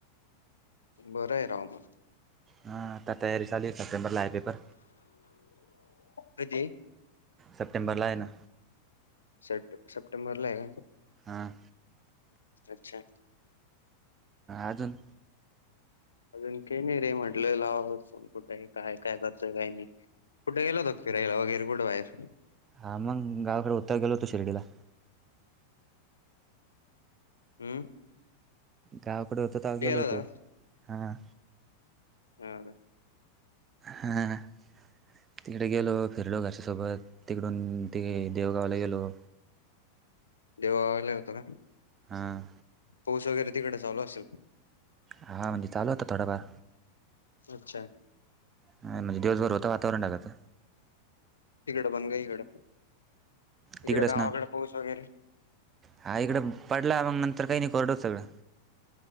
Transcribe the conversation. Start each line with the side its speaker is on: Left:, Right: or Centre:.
Left: बरंय राव मग.
Right: ह तत तयारीचाली आहे सप्टंबर लाईय पेपर
Left: कधी?
Right: सप्टेंबरला आहे ना
Left: सप्टे सप्टेंबर ला आहे का
Right: हां
Left: अच्छा
Right: अजून
Left: अजून काही नाही रे म्हटलं लावण कुठेही काय काय करतोय काही नाही कुठे गेलोग फिरालागैरे कुठ बाहेर
Right: हा मग गावाकडे उतर गेलोतो शिर्डीला
Left: हूं!
Right: गावाकड होतो, तवा गेलो होतो
Left: होता
Right: हा.
Left: <inaudible>
Right: हा. तिकड गेलो. फिरलो घरच्यासोबत, तिकडून ते देवगावला गेलो.
Left: देववाला होतो ना.
Right: हां!
Left: पाऊस वगैरे तिकडे चालु असेल.
Right: हा म्हणजे चालू होता थोडाफार.
Left: अच्छा
Right: हा म्हणजे दिवभर होत वातावरण ढगाच.
Left: तिकडं पण का इकड, तिकड
Right: तिकडंच
Left: गावाकड
Right: ना
Left: पाऊस वगैर.
Right: हा इकडं पडला. मग नंतर काही नाही. करड होत सगळं.